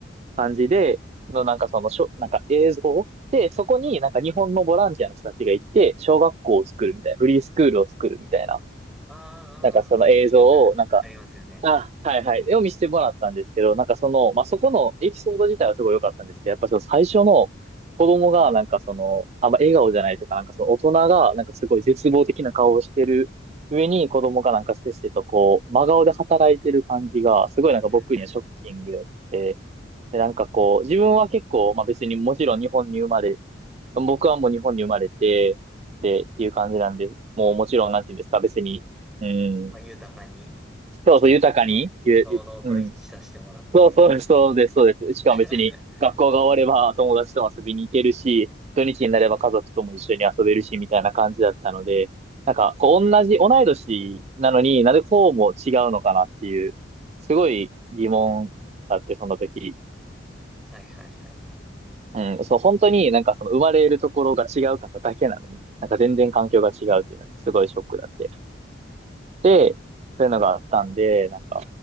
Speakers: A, on the right; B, in the centre.
A: 感じで、のなんかそのしょ、なんか映像で、そこになんか日本のボランティアの人たちが行って、小学校を作るみたいな、フリースクールを作るみたいな、
B: あーあー、
A: なんかその映像をなんか
B: あーそう、よくありますよね。
A: あ、
B: うん。
A: はいはい。を見せてもらったんですけど、なんかその、まあ、そこのエピソード自体はすごい良かったんですけど、
B: はい。
A: やっぱその最初の子供がなんかその、あんま笑顔じゃないとか、なんかその大人がなんかすごい絶望的な顔をしてる上に子供がなんかせっせとこう、真顔で働いてる感じが、すごいなんか僕にはショッキングやって、
B: うんうんうん。
A: で、なんかこう、自分は結構、まあ、別にもちろん日本に生まれ、僕はもう日本に生まれて、で、っていう感じなんで、もうもちろんなんていうんですか、別に、うん、
B: まあ、豊かに、
A: そうそう豊かに、
B: ね、
A: ゆ、
B: のうのうと生きさせてもらって。
A: ゆうん、そうそう、<laughs> そうです、そうです。しかも別に学校が終われば友達と遊びに行けるし、
B: <laughs>
A: 土日になれば家族とも一緒に遊べるし、
B: うん。
A: みたいな感じだったので、なんか、こう同じ、同い年なのになぜこうも違うのかなっていう、すごい疑問だって、その時。
B: <laughs> はいはいはい。
A: うん、そう、本当になんかその生まれるところが違う方だけなのに、なんか全然環境が違うっていうのにすごいショックだって。で、そういうのがあったんで、なんか、